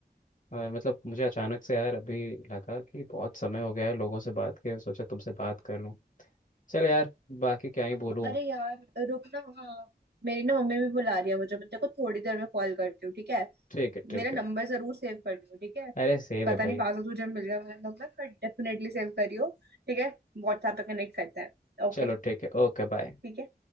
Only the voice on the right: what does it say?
अ,
अरे यार रुक ना हाँ मेरी ना मम्मी भी बुला रही है मुझे मैं तेरे को थोड़ी देर में कॉल करती हूँ ठीक है
मेरा
नंबर जरूर सेव कर लियो ठीक है
पता
नहीं कहाँ से तुझे मिल गया मेरा नंबर पर डेफिनेटली सेव करियो ठीक है व्हाट्सएप पे कनेक्ट करते हैं ओके
ठीक है